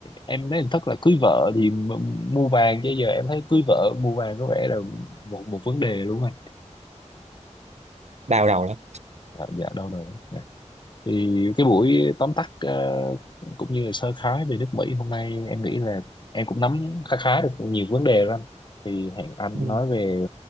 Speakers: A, on the left; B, on the right.
A: em nói hình thức là cưới vợ thì m- mua vàng chứ giờ em thấy cưới vợ mua vàng có vẻ là một một vấn đề luôn anh
B: đau đầu lắm
A: dạ, dạ đâu đâu dạ. thì cái buổi tóm tắt ờ, cũng như là sơ khái về nước Mỹ hôm nay em nghĩ là em cũng nắm khá khá được nhiều vấn đề rồi anh. thì hẹn anh
B: ừ.
A: nói về